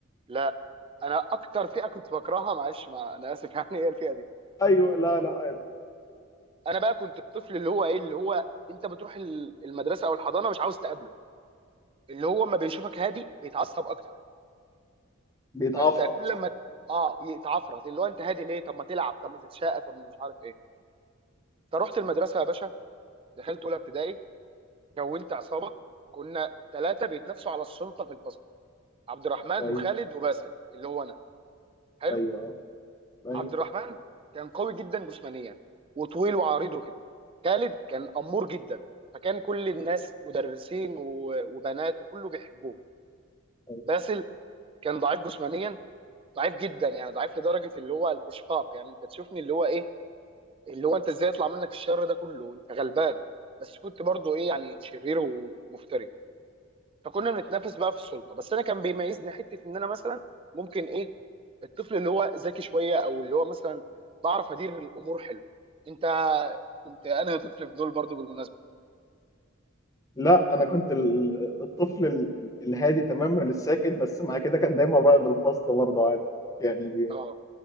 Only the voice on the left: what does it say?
ايوه لا لا عادي.
بيتعفرط
ايوه
ايوه
ايوه ايوه
ايوه
لا انا كنت ال- الطفل ال- الهادي تماما الساكت بس مع كده كان دايما رائد الفصل برضه عادي يعني